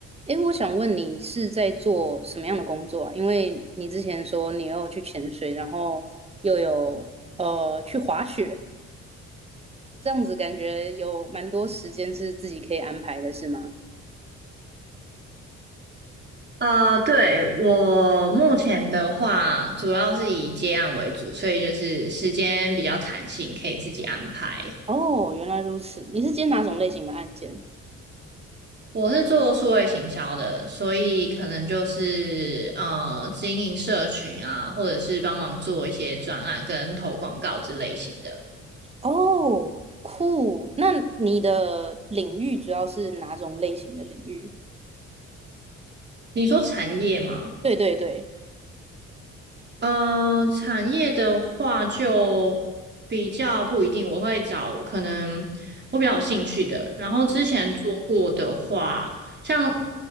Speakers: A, on the right; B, on the right.
A: 诶，我想问你是在做什么样的工作啊？因为你之前说你又去潜水，然后又有呃去滑雪，这样子感觉有蛮多时间是自己可以安排的，是吗？
B: 呃，对，我目前的话，主要是以接案为主，所以就是时间比较弹性，可以自己安排。
A: 哦，原来如此。你是接哪种类型的案件？
B: 我是做数位行销的，所以可能就是呃经营社群啊，或者是帮忙做一些专案跟投广告之类型的。
A: 哦，酷。那你的领域主要是哪种类型的领域？
B: 你说产业吗？
A: 对对对，
B: 嗯，产业的话就比较不一定，我会找可能我比较有兴趣的。然后之前做过的话，
A: 嗯
B: 像